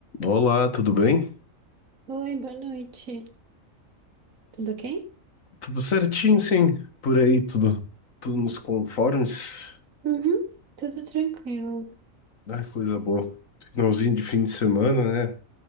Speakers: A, on the left (about 75°); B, on the right (about 80°).
A: Olá, tudo bem?
B: Oi, boa noite. Tudo ok?
A: Tudo certinho, sim. Por aí, tudo, tudo nos conformes.
B: Uhum, tudo tranquilo.
A: Ah, coisa boa. Finalzinho de fim de semana, né?